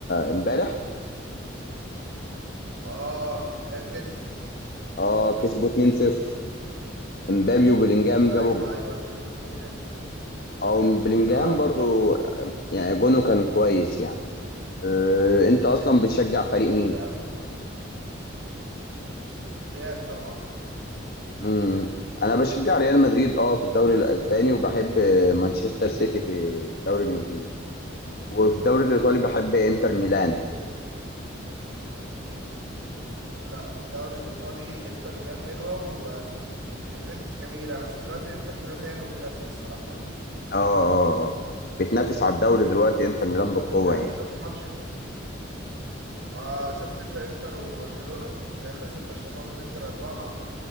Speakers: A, on the left; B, on the right.
A: امبارح
B: اه ريال كسبت
A: اه كسبوا 2-0 امبابي وبلينجهام جابوا
B: ايوه
A: الجول
B: ايوه امبابي كان جول حلو
A: او بلينجهام
B: اه
A: برضو يعني جونه كان كويس يعني آه، انت اصلا بتشجع فريق مين؟
B: بجد ما- ريال طبعا
A: مم. انا بشجع ريال مدريد اه في الدوري الاسباني وبحب آه، مانشستر سيتي في الدوري الانجليزي وفي الدوري الايطالي بحب انتر ميلان
B: أيوة. لا في الدوري الايطالي انتر ميلان حلوه و... ويوفنتوس جميله بس دلوقتي انتر ميلان هي المكتسحه الصراحه يعني
A: اه اه اه بتنافس على الدوري دلوقتي انتر ميلان بقوة
B: يعني
A: يعني
B: انت شفت ماتش اه شفت انت انتر وبرشلونه ازاي خسر برشلونه قصاد انتر 4